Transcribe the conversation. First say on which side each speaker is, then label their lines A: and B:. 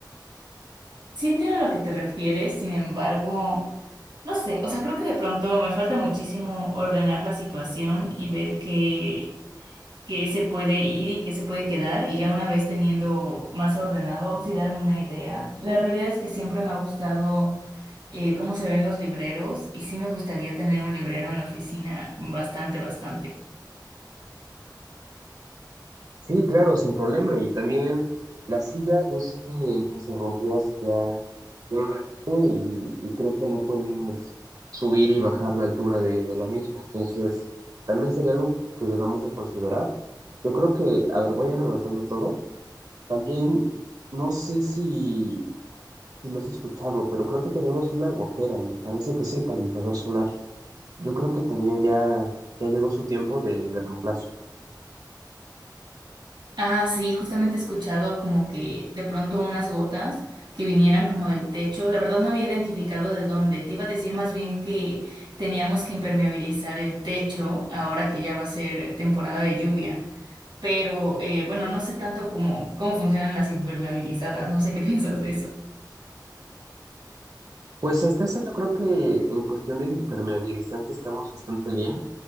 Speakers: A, on the right; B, on the right.
A: Sí entiendo a lo que te refieres, sin embargo, no sé, o sea, creo que de pronto me falta muchísimo ordenar la situación y ver que que se puede ir y que se puede quedar y ya una vez teniendo más ordenado, sí darme una idea. La realidad es que siempre me ha gustado eh, cómo se ven los libreros y sí me gustaría tener un librero en la oficina bastante, bastante.
B: Sí, claro, sin problema. Y también la silla, yo sé que, que se rompió hace ya, ya un ratito y, y creo que no puedes subir y bajar la altura de, de la misma. Entonces, también sería algo que debamos de considerar. Yo creo que, a ver, voy a ir anotando todo. También, no sé si, si lo has escuchado, pero creo que tenemos una gotera y me parece que es el calentador solar. Yo creo que también ya, ya llegó su tiempo de de reemplazo.
A: Ah, sí, justamente he escuchado como que de pronto unas gotas que vinieran como del techo. La verdad no había identificado de dónde. Te iba a decir más bien que teníamos que impermeabilizar el techo ahora que ya va a ser temporada de lluvia. pero eh, bueno, no sé tanto cómo, cómo funcionan las impermeabilizadas, no sé qué <laughs> piensas de eso.
B: Pues hasta eso yo creo que en cuestión de impermeabilizante estamos bastante bien.